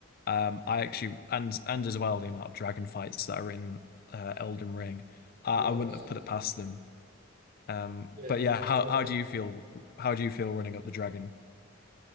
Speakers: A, on the left; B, on the right.
A: Um I actually and and as well the amount of dragon fights that are in uh, Elden Ring. Uh,
B: Yeah,
A: I wouldn't
B: that's so
A: have put
B: true.
A: it past them. Um
B: Yeah,
A: but yeah,
B: no, I
A: how
B: agree.
A: how do you feel how do you feel running up the dragon?